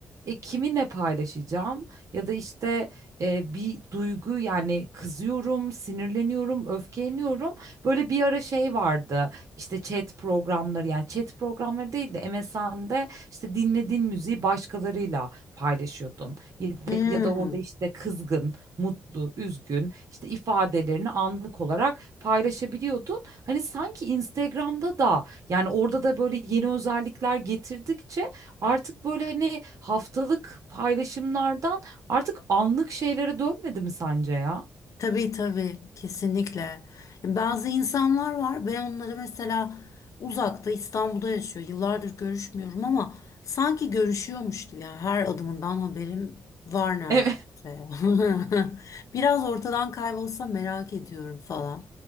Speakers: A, on the right; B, on the left.
A: E, kiminle paylaşacağım ya da işte e, bir duygu yani kızıyorum, sinirleniyorum, öfkeleniyorum. Böyle bir ara şey vardı işte chat programları yani chat programları değil de MSN'de işte dinlediğin müziği başkalarıyla paylaşıyordun. Ya da,
B: Hmm.
A: ya da orada işte kızgın, mutlu, üzgün işte ifadelerini anlık olarak paylaşabiliyordun. Hani sanki Instagram'da da yani orada da böyle yeni özellikler getirdikçe artık böyle hani haftalık paylaşımlardan artık anlık şeylere dönmedi mi sence ya?
B: Tabii tabii kesinlikle. E, Bazı insanlar var ben onları mesela uzakta İstanbul'da yaşıyor. Yıllardır görüşmüyorum ama sanki görüşüyormuş gibi yani her adımından haberim var neredeyse.
A: Evet.
B: <laughs> Biraz ortadan kaybolsa merak ediyorum falan.